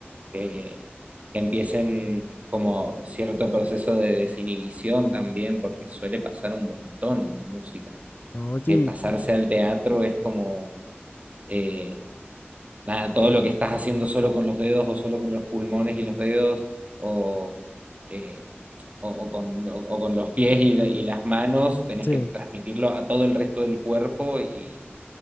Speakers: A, on the right; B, on the left.
A: que, que empiecen como cierto proceso de desinhibición también, porque suele pasar un montón en la música
B: Oye,
A: que pasarse
B: y- y-
A: al teatro es como, eh, nada, todo lo que estás haciendo solo con los dedos o solo con los pulmones y los dedos o, eh, o, o con, o- o con los pies y, y las manos, tenés
B: sí.
A: que transmitirlo a todo el resto del cuerpo y,